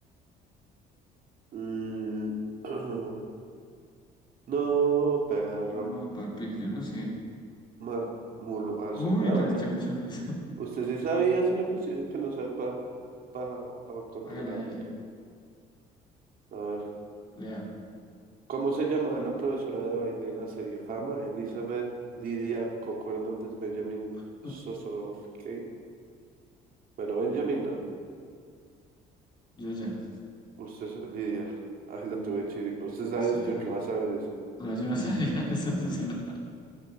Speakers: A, on the right (about 55°); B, on the left (about 25°).
A: Mm, <clears throat> No, perro.
B: no, papi, yo no sé.
A: Ma, mulo, hacen.
B: Uy,
A: Ah,
B: rechocho.
A: bueno,
B: no sé.
A: Usted sí sabía, sino que usted dice que no sabe para pa, pa pa controlarme.
B: <laughs> Hágale, dale.
A: A ver,
B: Lea.
A: ¿cómo se llamaba la profesora de baile de la serie Fama? Elizabeth Lidia Coco Hernández, Benjamin
B: <laughs>
A: Sosorovsky. Bueno, Benjamin no.
B: Yo ya.
A: Usted, sa- Lidia. Ay, la tuve chiripa. Usted sabe
B: Sí.
A: yo que va a saber eso.
B: No, yo no sabía <laughs> eso. sí, no.